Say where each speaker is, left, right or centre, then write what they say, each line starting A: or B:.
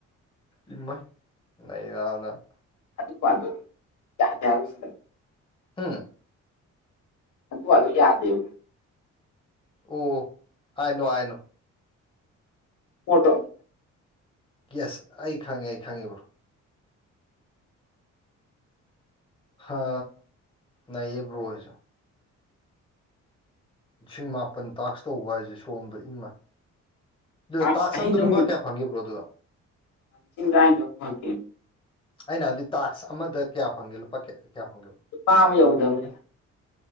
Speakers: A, on the left (about 15°); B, on the left (about 75°).
A: ꯏꯃ ꯂꯩ ꯌꯥꯎꯅ
B: ꯑꯗꯨ ꯑ ꯑꯗꯨ ꯌꯥꯗꯦꯎꯁꯗ
A: ꯎꯟ
B: ꯑꯗꯨ ꯑ ꯑꯗꯨ ꯌꯥꯗꯦꯕ
A: ꯑꯣ ꯍꯥꯏꯅꯣ ꯍꯥꯏꯅꯣ
B: ꯄꯣꯠꯇꯣ
A: ꯌꯦꯁ ꯑꯩ ꯈꯪꯉꯦ ꯑꯩ ꯈꯪꯉꯤꯕ꯭ꯔꯣ ꯍꯥ ꯅꯩꯔꯦ꯫ ꯕꯔꯣ ꯁꯨ ꯂꯤꯁꯤꯡ ꯃꯄꯥꯜ ꯇꯥꯛꯁ ꯇꯧꯕ ꯍꯥꯏꯁꯦ ꯁꯣꯝꯗ ꯏꯃꯩ ꯑꯗꯨ
B: ꯑꯁ
A: ꯇꯥꯁꯀꯁ
B: ꯑꯍꯤꯡ
A: ꯑꯃꯗ
B: ꯅꯨꯃꯤꯠ
A: ꯂꯨꯄꯥ ꯀꯌꯥ ꯐꯪꯒꯦ ꯕꯔꯣ ꯑꯗꯣ
B: ꯂꯤꯁꯤꯡ ꯇꯔꯥꯅꯤꯊꯣꯏ ꯐꯪꯉꯦ
A: ꯑꯩꯅ ꯍꯥꯟꯗꯤ ꯇꯥꯛꯁ ꯑꯃꯗ ꯀꯌꯥ ꯐꯪꯒꯦ ꯂꯨꯄꯥ ꯀꯌꯥ ꯀꯌꯥ ꯐꯪꯒꯦꯕ
B: ꯂꯨꯄꯥ ꯑꯃ ꯌꯧꯗꯕꯅꯦ